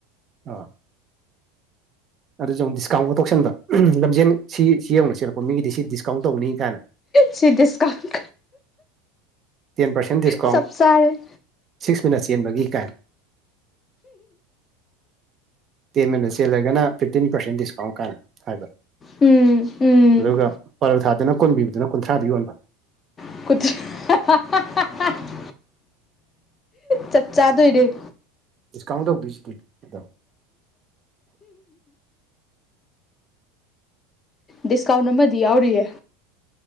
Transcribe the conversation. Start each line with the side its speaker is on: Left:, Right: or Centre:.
Right: ꯑꯣ ꯑꯗꯨꯖꯨ ꯑꯃꯨꯛ ꯗꯤꯁꯀꯥꯎꯟꯒ ꯇꯧꯁꯟꯕ ꯎꯝ ꯂꯝꯖꯦꯟ ꯁꯤ ꯁꯤ ꯌꯧꯅ ꯆꯦꯜꯂꯛꯄ ꯃꯤꯒꯤꯗꯤ ꯁꯤ ꯗꯤꯁꯀꯥꯎꯟ ꯇꯧꯅꯤ ꯀꯥꯏꯅ
Left: ꯁꯤ ꯗꯤꯁꯀꯥꯎꯟ
Right: ꯇꯦꯟ ꯄꯥꯔꯁꯦꯟ ꯗꯤꯁꯀꯥꯎꯟ
Left: ꯆꯞ ꯆꯥꯔꯦ
Right: ꯁꯤꯛꯁ ꯃꯤꯅꯠ ꯆꯦꯟꯕꯒꯤ ꯀꯥꯏ ꯇꯦꯟ ꯃꯗ ꯆꯦꯜꯂꯒꯅ ꯐꯤꯞꯇꯤꯟ ꯄꯥꯔꯁꯦꯟ ꯗꯤꯁꯀꯥꯎꯟ ꯀꯥꯟꯅ ꯍꯥꯏꯕ
Left: ꯎꯝ ꯎꯝ
Right: ꯑꯗꯨꯒ ꯄꯔꯣꯊꯥꯗꯅ ꯀꯨꯟꯄꯤꯕꯗꯨꯅ ꯀꯨꯟꯊ꯭ꯔꯥꯗ ꯌꯣꯟꯕ
Left: <unintelligible> ꯆꯞ ꯆꯥꯗꯣꯏꯅꯦ
Right: ꯗꯤꯁꯀꯥꯎꯟ ꯇꯧꯗꯣꯏꯁꯤꯗꯤ ꯑꯗꯣ
Left: ꯗꯤꯁꯀꯥꯎꯟ ꯑꯃꯗꯤ ꯌꯥꯎꯔꯤꯌꯦ